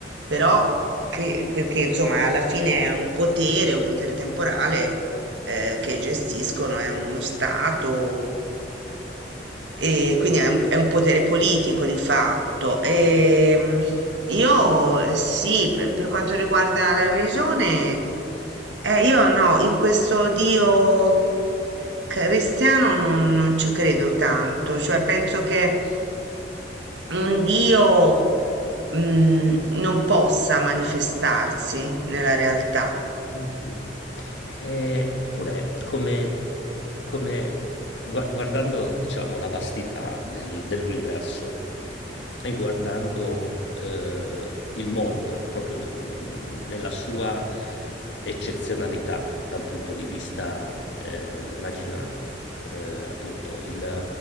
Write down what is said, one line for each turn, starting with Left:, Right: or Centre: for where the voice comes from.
Right: però cre- perché insomma alla fine è un potere, un potere temporale eh, che gestiscono, è uno stato, e quindi è un, è un potere politico di fatto. Ehm, io eh, sì, per, per quanto riguarda la religione, eh, io no, in questo Dio cristiano non, non ci credo tanto, cioè penso che un Dio, mm, non possa manifestarsi nella realtà.
Left: Mh-mh. Ehm, eppure come come gua guardando diciamo la vastità del dell'universo e guardando, ehm, il mondo proprio d mhmm, nella sua eccezionalità da un punto di vista, ehm, immagina, ehm, appunto il